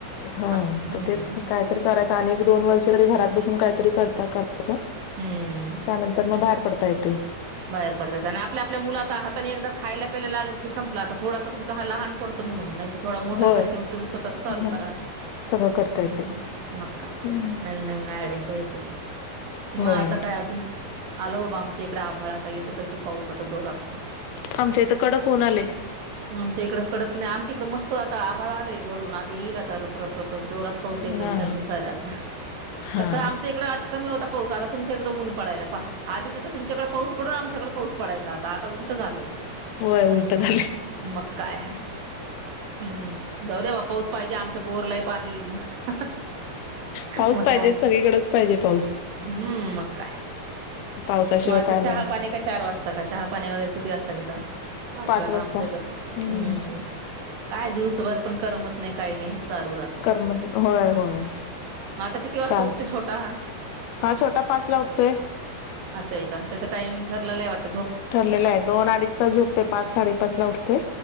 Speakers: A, on the left (about 80°); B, on the right (about 65°).
A: हा
B: असं हम्म
A: तर तेच की कायतरी करायचं आणि एक दोन वर्ष तरी घरात बसून काहीतरी करता कर च त्यानंतर
B: हम्म
A: मग बाहेर पडता येतय.
B: बाहेर पडता येत आणि आपल्या, आपल्या, मुलं आता हाताने एकदा खायला प्यायला लागल की संपला आता, थोडा आता तुमचा हा लहान पडत तो म्हणून नाही त थोडा मोठा
A: होय.
B: झाला की मग तुम्ही स्वतःच चालू
A: मग
B: करा.
A: सगळं करता येते.
B: हूं मगकाय
A: हम्म.
B: नवीन नवीन आयड्या च येत च म
A: होय.
B: आता काय अजून, आलं बाबा आमच्या इकड आभाळात तो काय की पाऊस आता जोरात
A: आमच्या इथं कडक ऊन आलय.
B: आमच्या ईक कडक नाई आमच्या इकडे मस्त आता आभळ आलय भरून आता येईल आता रप रप रप. जोरात पाऊस
A: हा
B: येयांचा विचार दिसाला आता
A: हा
B: कसं आमच्याइकड आधी कमी होता पाऊस, आता तुमच्याकडे ऊन पडायला पहा, आधी नाही त तुमच्याकडे पाऊस पडून आमच्याकडे पाऊस पडायचा आता उलट झालंय
A: होय उलट
B: हूं
A: झालय.
B: मग काय हूं! जाऊ दे बा पाऊस पाहिजे, आमच्या बोरलाय पाणी येईल मग
A: पाऊस
B: मग
A: पाहिजे
B: काय
A: सगळीकडच, पाहिजे पाऊस.
B: हम्म मग काय
A: पावसाशिवाय
B: मग आता
A: काय
B: चहा
A: नाही.
B: पाणी का चार वाजता का चहा पाणी वगैरे किती वाजता घेता? पाचला
A: पाच
B: त
A: वाजता
B: आमचं तसच
A: हम्म
B: हाय, काय दिवसभर पण करमत नाही काही नाही. चालू राहतय.
A: कर्म होय, होय.
B: आता किती वाजता
A: चालत
B: उठते छोटा हा?
A: हा छोटा पाच ला उठतोय.
B: असं का त्याचा टायमिंग ठरलाय वाट
A: ठरलेलं आहे दोन अडीच तास झोपतोय, पाच साडेपाच ला उठतोय.